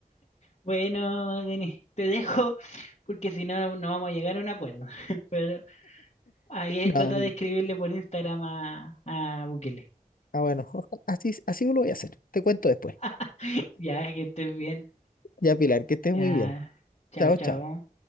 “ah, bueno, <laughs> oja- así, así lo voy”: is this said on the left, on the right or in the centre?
Left